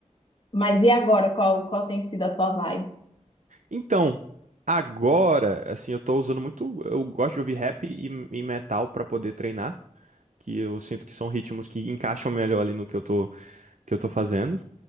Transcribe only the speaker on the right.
Então, agora, assim, eu tô usando muito. Eu gosto de ouvir rap e, e metal pra poder treinar. Que eu sinto que são ritmos que encaixam melhor ali no que eu tô, que eu tô fazendo.